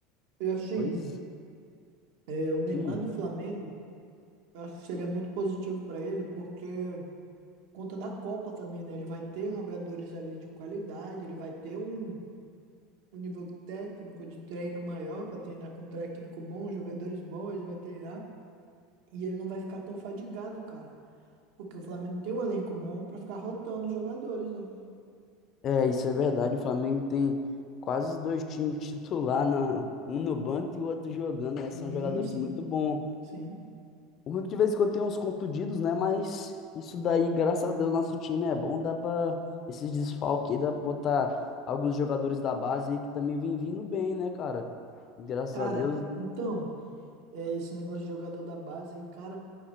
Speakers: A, on the right; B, on the left.
A: E assim,
B: Pois,
A: é, o Neymar
B: hum.
A: do Flamengo. Eu acho que seria muito positivo para ele, porque conta da Copa também, né? Ele vai ter jogadores ali de qualidade, ele vai ter um, um nível técnico de treino maior para treinar com um técnico bom, jogadores bons, ele vai treinar e ele não vai ficar tão fadigado, cara, porque o Flamengo tem um elenco bom para ficar rotando os jogadores, né?
B: É, isso é verdade. O Flamengo tem quase dois times <laughs> titular, na, um no banco e o outro jogando. né?
A: Sim,
B: São jogadores
A: sim,
B: muito bons.
A: sim.
B: O Hulk de vez em quando tem uns contundidos, né? Mas isso daí, graças a Deus, nosso time é bom. Dá para esses desfalques, aí, dá pra botar alguns jogadores da base aí que também vem vindo bem, né, cara? Graças
A: Cara,
B: a Deus.
A: então, é, esse negócio de jogador da base aí, cara,